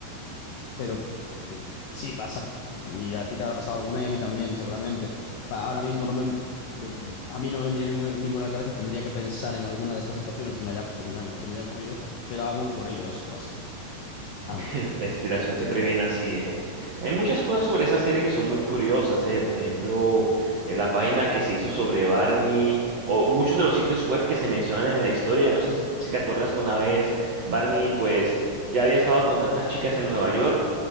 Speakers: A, on the left (about 80°); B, on the right (about 65°).
A: pero mm, sí pasan. Y a ti te habrá pasado alguna y a mí también, seguramente. Va, ahora mismo no me, de- a mí no me vendría ninguna, ninguna a la cabeza, tendría que pensar en alguna de estas situaciones que me haya, que me haya, que me haya ocurrido, pero han ocurrido, eso te lo aseguro. Han
B: <laughs>
A: ocurrido.
B: La inspiración siempre viene así, ¿eh? Hay muchas cosas sobre esa serie que son muy curiosas, ¿eh? Por ejemplo, eh, la página que se hizo sobre Barney, o muchos de los sitios web que se mencionan en la historia. No sé si si te acuerdas que una vez Barney, pues, ya había estado con tantas chicas en Nueva York